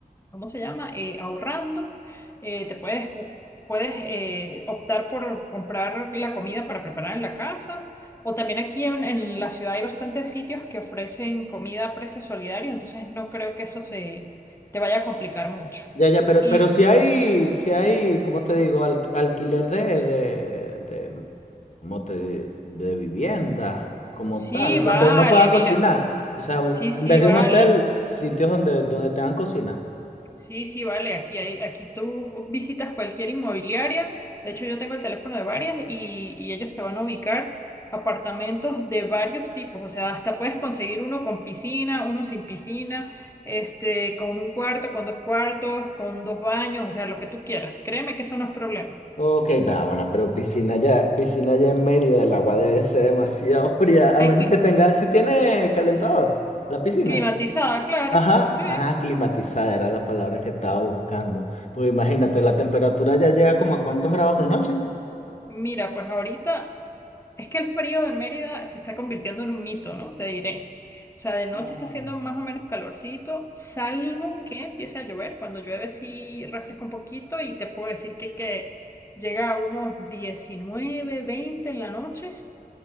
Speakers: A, on the left (about 15°); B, on the left (about 50°).
A: ¿cómo se llama? Eh, ahorrando. Eh, te puedes, bu- puedes eh, optar por comprar la comida para preparar en la casa. O también aquí en, en la ciudad hay bastantes sitios que ofrecen comida a precio solidario, entonces no creo que eso se te vaya a complicar mucho.
B: Ya, ya, pero,
A: Y
B: pero si hay, si hay, ¿cómo te digo? Al- alquiler de, de, de, ¿cómo te, de vivienda, como
A: sí,
B: tal,
A: vale,
B: donde uno pueda
A: mira,
B: cocinar. O sea, u-
A: sí, sí,
B: en vez de
A: vale.
B: un hotel, sitios donde, donde tengan cocina.
A: Sí, sí, vale. Aquí hay, aquí tú visitas cualquier inmobiliaria. De hecho, yo tengo el teléfono de varias y, y ellos te van a ubicar apartamentos de varios tipos. O sea, hasta puedes conseguir uno con piscina, uno sin piscina, este, con un cuarto, con dos cuartos, con dos baños, o sea, lo que tú quieras. Créeme que eso no es problema.
B: Ok, va, bueno, pero piscina ya, piscina ya en Mérida, el agua debe ser demasiado fría, A
A: Hay
B: menos
A: cli-
B: que tenga, si tiene calentador, la piscina.
A: climatizada, claro.
B: Ajá,
A: Sí.
B: ajá, climatizada era la palabra que estaba buscando. Pues imagínate, la temperatura ya llega como a cuántos grados de noche.
A: Mira, pues ahorita Es que el frío de Mérida se está convirtiendo en un mito, ¿no? Te diré. O sea, de noche
B: No.
A: está haciendo más o menos calorcito, salvo que empiece a llover. Cuando llueve sí refresca un poquito y te puedo decir que, que llega a unos 19, 20 en la noche,